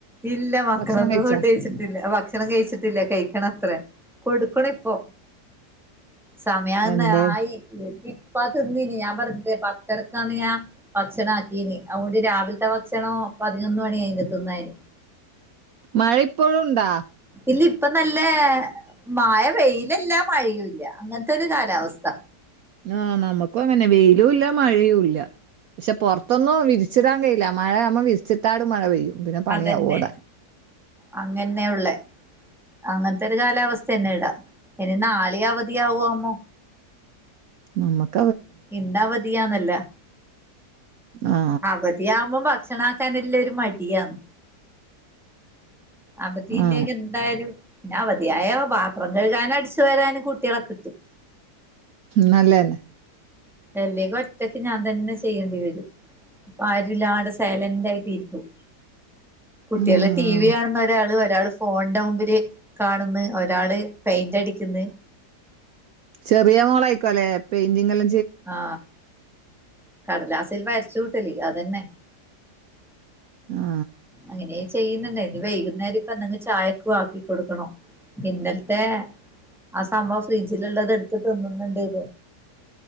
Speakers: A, in the centre; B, on the right.
A: ഇല്ല മക്കളൊന്നും
B: ഭക്ഷണം കഴിച്ചാ
A: ഫുഡ് കഴിച്ചിട്ടില്ല ഭക്ഷണം കഴിച്ചിട്ടില്ല കഴിക്കണം അത്ര കൊടുക്കണ ഇപ്പൊ സമയാന്ന
B: എന്തേ
A: ആയി ഇപ്പാ തിന്നിന്നീ ഞാൻ പറ പത്തരക്കാണ് ഞാൻ ഭക്ഷണം ആക്കീന് അതുകൊണ്ട് രാവിലത്തെ ഭക്ഷണോ പതിനൊന്ന് മണി അയിന് തിന്നാൻ
B: മഴ ഇപ്പോഴുണ്ടോ?
A: ഇല്ല ഇപ്പ നല്ല മയ വെയിലല്ല മഴയൂല്ല അങ്ങനത്തെ ഒരു കാലാവസ്ഥ
B: ആ നമ്മുക്കും അങ്ങനെ വെയിലും ഇല്ല മഴയും ഇല്ല പക്ഷെ പൊറത്തൊന്നും വിരിച്ചിടാൻ കഴയില്ല മഴ നമ്മ വിരിച്ചിട്ടാട മഴ പെയ്യും പിന്നെ പണിയാവും
A: അതെന്നെ
B: ഇവിടെ
A: അങ്ങന്നെ ഉള്ളേ അങ്ങനത്തെ ഒരു കാലാവസ്ഥ തന്നെ ഇടാം ഇനി നാളെയ അവധിയ ആവു ആമ്മോ
B: നമ്മക്ക
A: ഇന്ന് അവധിയാന്നല്ല
B: ആ
A: അവധിയാവുമ്മ വാ ഭക്ഷണ ആക്കാനെല്ലരു മടിയാണ് അവധി
B: ആ
A: ഇല്ലെങ്കിൽ എന്തായാലും പിന്നെ അവധിയായ പാത്രം കഴുകാനും അടിച്ചു വരാനും കുട്ടികളെ കിട്ടും
B: നല്ലതന്നെ
A: എല്ലേ ഒറ്റക്ക് ഞാൻ തന്നെ ചെയ്യേണ്ടി വരും. പ്പൊ ആരില്ലാടെ സൈലന്റ് ആയിട്ടിരിക്കും കുട്ടികള്
B: ഉം.
A: ടി വി കാണുന്ന ഒരാള് ഒരാള് ഫോണിന്റെ മുമ്പില് കാണുന്ന് ഒരാള് പെയിന്റ് അടിക്കുന്ന്
B: ചെറിയ മോളായിക്കോല്ലെ പെയിന്റിങ്ല്ലാം
A: ആ കടലാസിൽ വരച്ചൂട്ടലില്ലെ അതെന്നെ.
B: ആ
A: അങ്ങനെഎ ചെയ്യുന്നുണ്ട ഇനി വൈകുന്നേരം ഇപ്പൊന്തെകി ചായക്കു ആക്കി കൊടുക്കണോ ഇന്നലത്തെ ആ സംഭവം ഫ്രിഡ്ജിൽ ഉുള്ളത് എടുത്ത് തിന്നുന്നുണ്ട്ന്ന്.